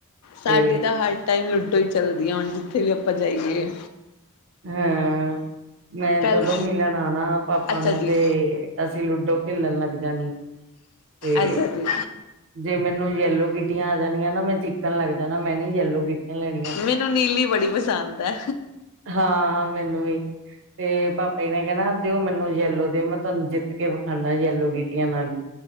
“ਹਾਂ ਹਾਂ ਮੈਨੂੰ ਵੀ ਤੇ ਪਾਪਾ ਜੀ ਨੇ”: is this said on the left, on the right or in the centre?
Right